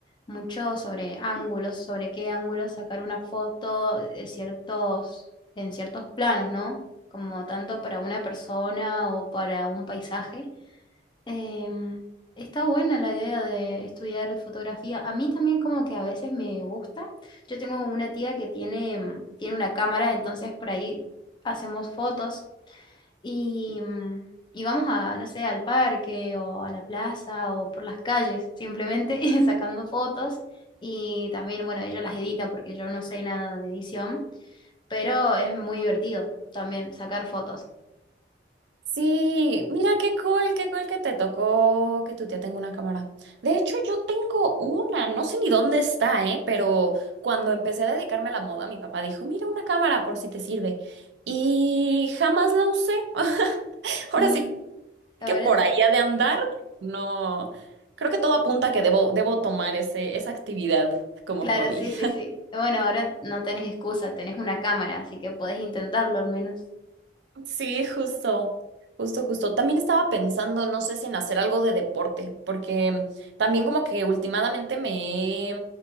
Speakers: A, on the left; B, on the right.
A: mucho sobre ángulos, sobre qué ángulos sacar una foto de ciertos, en ciertos planos, ¿no? Como tanto para una persona o para un paisaje. Em, está buena la idea de estudiar fotografía. A mí también como que a veces me gusta. Yo tengo una tía que tiene, mm, tiene una cámara, entonces por ahí hacemos fotos y, mm, y vamos a, no sé, al parque o a la plaza o por las calles, simplemente <laughs> sacando fotos. Y también, bueno, ella las edita porque yo no sé nada de edición, pero es muy divertido también sacar fotos.
B: Sí, mira qué cool, qué cool que te tocó que tu tía tenga una cámara. De hecho, yo tengo una, no sé ni dónde está, ¿eh? Pero cuando empecé a dedicarme a la moda, mi papá dijo, mira una cámara por si te sirve. Y jamás la usé. <laughs> Ahora
A: Mm,
B: sí
A: ahora
B: que por ahí ha de andar. No, creo que todo apunta a que debo, debo tomar ese, esa actividad como
A: Claro,
B: hobby.
A: sí, sí, sí. Bueno, ahora no tenés excusa, tenés una cámara, así que podés intentarlo al menos.
B: Sí, justo, justo, justo. También estaba pensando, no sé si en hacer algo de deporte, porque también como que últimamente me, he,